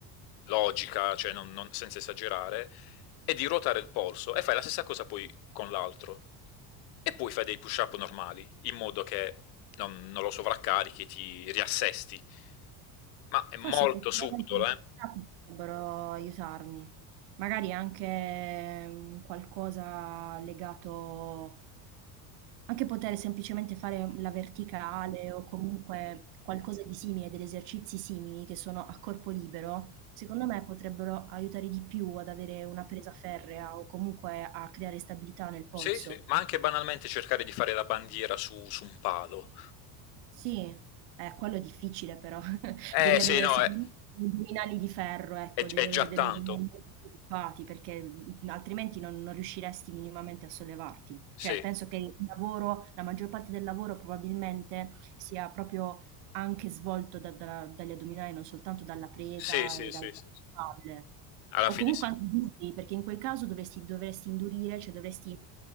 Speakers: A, on the left; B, on the right.
A: logica, cioè non- non- senza esagerare, e di ruotare il polso e fai la stessa cosa poi con l'altro. E poi fai dei push-up normali, in modo che non, non lo sovraccarichi, ti riassesti. Ma è
B: Forse
A: molto
B: effettivamente
A: subdolo,
B: le workshop
A: eh?
B: potrebbero aiutarmi. Magari anche un qualcosa legato anche poter semplicemente fare la verticale o comunque qualcosa di simile, degli esercizi simili che sono a corpo libero, secondo me potrebbero aiutare di più ad avere una presa ferrea o comunque a creare stabilità nel polso.
A: Sì, sì. Ma anche banalmente cercare di fare la bandiera su, su un palo.
B: Sì, eh, quello è difficile però.
A: Eh
B: Devi avere
A: sì, no,
B: sicuramente
A: è,
B: degli addominali di ferro, ecco,
A: è-
B: devi
A: è
B: avere
A: già
B: degli
A: tanto.
B: addominali molto sviluppati perché, mhmm, altrimenti non non riusciresti minimamente a sollevarti.
A: Sì,
B: Cioè, penso che il lavoro la maggior parte del lavoro probabilmente sia proprio anche svolto da da dagli addominali, non soltanto dalla presa
A: sì, sì,
B: e dalle
A: sì, sì. sì.
B: spalle.
A: Alla
B: O
A: fine
B: comunque
A: sì.
B: anche glutei, perché in quel caso dovresti dovresti indurire, cioè dovresti,